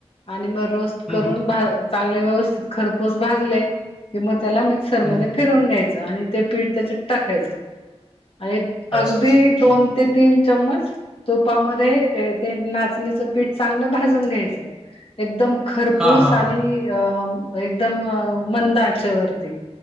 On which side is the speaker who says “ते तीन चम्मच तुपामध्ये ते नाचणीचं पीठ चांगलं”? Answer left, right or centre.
Left